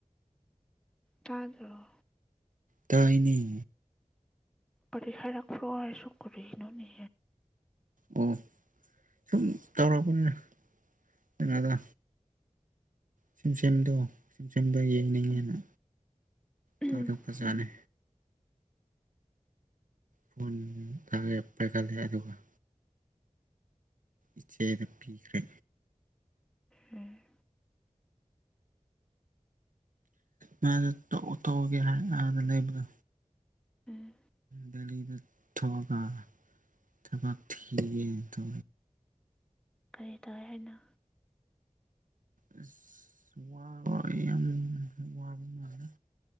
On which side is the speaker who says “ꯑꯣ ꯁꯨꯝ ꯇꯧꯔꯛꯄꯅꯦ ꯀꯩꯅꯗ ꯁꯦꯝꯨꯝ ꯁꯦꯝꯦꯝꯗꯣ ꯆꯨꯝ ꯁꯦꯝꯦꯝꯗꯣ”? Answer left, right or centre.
Right